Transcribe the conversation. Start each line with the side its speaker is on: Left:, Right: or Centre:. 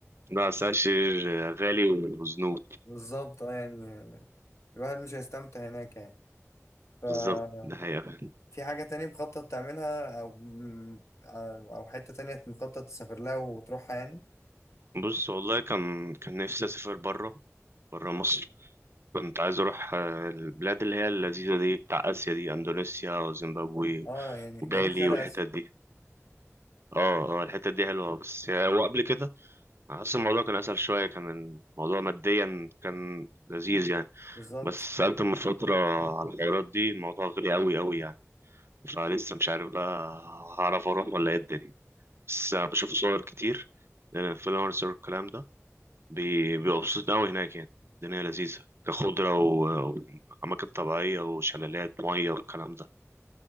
Right: لا ساحل شرير آه، غالي وزنوط
Left: وبالظبط اه يعني الواحد مش هيستمتع هناك يعني ففي
Right: بالظبط ده حقيقة فعلا.
Left: حاجة تانية مخطط تعملها أو أو أو حتة تانية مخطط تسافر لها وتروحها يعني
Right: بص والله كان كان نفسي أسافر برا برا مصر كنت عايز اروح آه، البلاد اللي هي اللذيذه دي بتاع اسيا دي اندونيسيا وزيمبابوي
Left: اه يعني
Right: وبالي
Left: جنوب شرق
Right: والحتت
Left: اسيا
Right: دي اه اه الحتت دي حلوه بس آه، هو قبل كده حاسس الموضوع كان اسهل شويه كان الموضوع ماديا كان لذيذ يعني
Left: بالظبط
Right: بس سالت من فتره على الحوارات دي الموضوع غالي قوي قوي يعني فلسه مش عارف بقى هعرف اروح ولا ايه الدنيا بس آه، بشوف صور كتير الانفلونسر والكلام ده بي- بيبقى مبسوط قوي هناك يعني الدنيا لذيذة كخضرة و- وأماكن طبيعية وشلالات مية والكلام ده